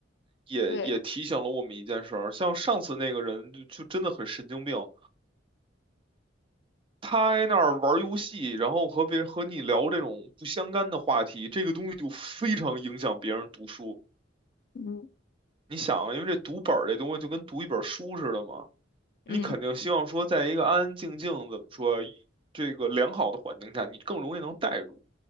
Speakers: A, on the right (about 30°); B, on the left (about 60°).
A: 也也提醒了我们一件事儿，
B: 对，
A: 像上次那个人就就真的很神经病。他在那儿玩游戏，然后和别和你聊这种不相干的话题，这个东西就非常影响别人读书。
B: 嗯
A: 你想啊，因为这读本儿这东西就跟读一本书似的嘛，
B: 嗯
A: 你肯定希望说，在一个安安静静，怎么说，这个良好的环境下，你更容易能代入。